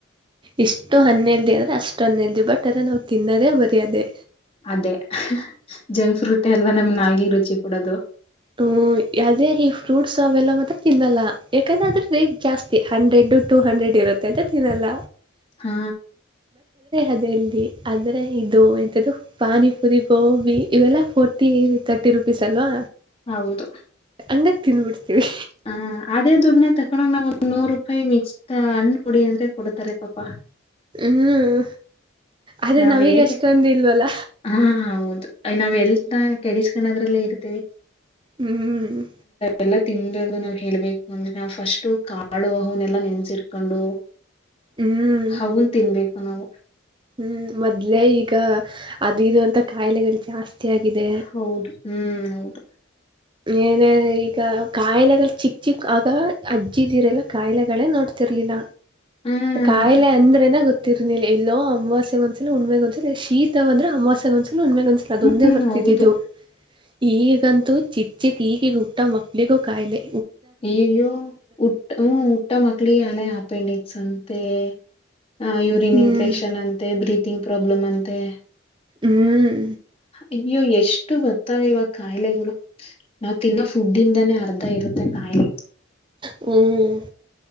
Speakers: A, on the right (about 25°); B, on the left (about 30°).
A: ಇಷ್ಟು ಹನ್ನಿಲ್ದ ಅಂದರೆ ಅಷ್ಟು ನ್ನ ಎಲ್ಲಿ ಬಟ್ಟಾರೆ ನಾವು ತಿನ್ನದೇ ಬರೆಯೋದೇ
B: ಅದೇ ಜಂಕ್ ಫ್ರೂಟ್ ಎಲ್ವಾ ನಮ್ಗೆ ನಾಲ್ಗ ರುಚಿ ಕೊಡೋದು
A: ಹ್ಮ ಅದೇ ಈ ಫ್ರೂಟ್ಸ್ ಅವೆಲ್ಲ ಮತ್ತ ತಿನ್ನಲ್ಲ ಯಾಕಂದ್ರೆ ಅದ್ರ ರೇಟ್ ಜಾಸ್ತಿ ಹಂಡ್ರೆಡ್ ಟೂ ಹಂಡ್ರೆಡ್ ಇರುತ್ತೆ ಅಂತ ತಿನ್ನಲ್ಲ
B: ಹಾ
A: ಅದೆಲ್ಲಿ ಆದ್ರೆ ಇದು ಎಂತ ಪಾನಿಪುರಿ ಗೋಬಿ ಇವೆಲ್ಲ ಫೋಟಿ ತರ್ಟಿ ರುಪೀಸ್ ಅಲ್ವಾ
B: ಹೌದು
A: ಇ ತಿದನ್ಬಿಡ್ತೀವಿ
B: ಹಾ ಅದೇ ದುಡ್ನ್ನ ತಕೊಂಗ ನಾವ್ ಒಂದ ನೂರು ರೂಪಾಯಿ ಮಿಕ್ತ ಹಣ್ಣ್ ಕುಡಿ ಅಂದ್ರೆ ಕೊಡ್ತಾರೆ ಪಾಪಾ
A: ಹ್ಮ್ ಅದೇ
B: ನಾವ್
A: ನಾವೀಗ
B: ಹೇಳ್ಬೇ
A: ಅಷ್ಟೊಂದ ಇಲ್ವಲ್ಲ
B: ಹಾ ಹೌದು ನಾವ್ ಎಲ್ ಕೆಡಿಸಕಣೋದ್ರಲ್ಲೇ ಇರ್ತೀವಿ
A: ಹ್ಮ್
B: ಎಲ್ಲ ತಿದದು ನಾವ್ ಹೇಳ್ಬೇಕು ಅಂದ್ರೆ ನಾವು ಫಸ್ಟ್ ಕಾಳು ಅನ್ನಲ್ಲಾ ನೆನ್ಸಿಟ್ಕೊಂಡು
A: ಹ್ಞೂ
B: ಹನ್ ತಿನ್ಬೇಕು ನಾವು
A: ಹ್ಮ್ ಮೊದ್ಲೆೇ ಈಗ ಅದ ಇರುವಂತ ಕಾಯಿಲೆಗಳು ಜಾಸ್ತಿ ಆಗಿದೆ
B: ಹೌದು ಹ್ಮ್ ಹೌದು
A: ಏನ ಈಗ ಕಾಯಿಲೆಗಳು ಚಿಕ್ಕ ಚಿಕ್ ಆಗ ಅಜ್ಜ ಇದಿರೆಲ್ಲ ಕಾಯಿಲೆಗಳೇ ನೋಡ್ ಬತಿರ್ಲಿಲ್ಲ
B: ಹ್ಮ್
A: ಕಾಯಿಲೆ ಅಂದ್ರೆನ ಗೊತ್ತಿರ್ನಿಲ್ಲ ಎಲ್ಲೋ ಅಮವಾಸ್ಯಗ ಒಂದ್ಸಲ ಉಣ್ ಒಂದ್ಸಲಿ ಶೀತವ ಅಂದ್ರೆ ಅಮವಾಸ್ಯೆಗ ಒಂದ್ಸಲ ಒಂದ ಮೇಾಗ ಒಂದ್ಸಲ ಅದೊಂದೇ
B: ಹ್ಮ್
A: ಬರ್ತಿದ್ದಿದ್ದು
B: ಹೌದು
A: ಈಗಂತೂ ಚಿಚೆ ಕೀ ಗುಟ್ಟಾ ಮಕ್ಲಿ ಕಾಯಲೆ
B: ನೀವ್ಯೋ ಉಟ್ಟ ಹ್ಮ್ ಊಟ್ಟ ಮಕ್ಳಿಗೆ ಅಲ್ಲ ಅಪೆಂಡಿಕ್ಸ್ ಅಂತೆ ಹ ಯೂರಿನ್
A: ಹ್ಮ್
B: ಇನ್ಫೆಕ್ಷನ್ ಅಂತೆ ಬ್ರೀತಿಂಗ್ ಪ್ರಾಬ್ಲಮ್ ಅಂತೆ
A: ಹ್ಮ್
B: ಅಯ್ಯೋ ಎಷ್ಟು ಬರ್ತ್ತವೆ ಇವ ಕಾಯಿಲೆಗಳು ನಾವ್ ತಿನ್ನೋ ಫುಡ್ ಇಿಂದಾನೇ ಅರ್ಧ ಇರುತ್ತೆ ಕಾಯಿಲೆ
A: ಹ್ಮ್